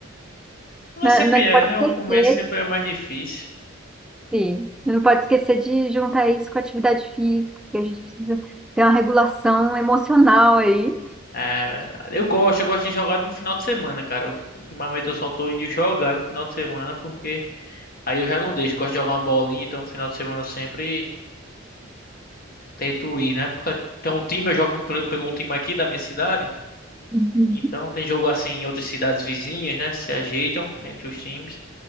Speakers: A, on the left; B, in the centre.
A: Mas
B: mas,
A: sempre
B: mas
A: é,
B: pode
A: né?
B: crescer
A: O começo sempre é mais difícil.
B: Sim. Não pode esquecer de juntar isso com a atividade física, que a gente precisa ter uma regulação emocional aí.
A: É verdade. Eu gosto, eu gosto de jogar no final de semana, cara. Ultimamente eu só tô indo jogar no final de semana porque Aí eu já não deixo, gosto de jogar uma bolinha, então no final de semana eu sempre tento ir, né? Porque tem um time, eu jogo por- pelo um time aqui da minha cidade,
B: Uhum.
A: então tem jogo assim em outras cidades vizinhas, né? Se ajeitam entre os times,